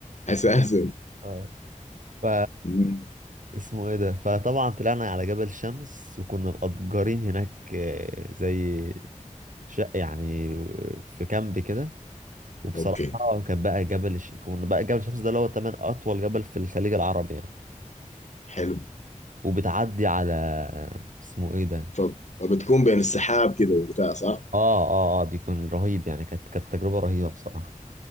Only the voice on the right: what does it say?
اه ف
اسمه ايه ده فطبعا طلعنا على جبل شمس وكنا مأجرين هناك آه، زي شقه يعني في كامب كده وبصراحه
كان بقى جبل ش... كنا بقى جبل شمس ده اللي هو تمن اطول جبل في الخليج العربي يعني
وبتعدي على اسمه ايه ده
اه اه اه بيكون رهيب يعني كانت كانت تجربه رهيبه بصراحه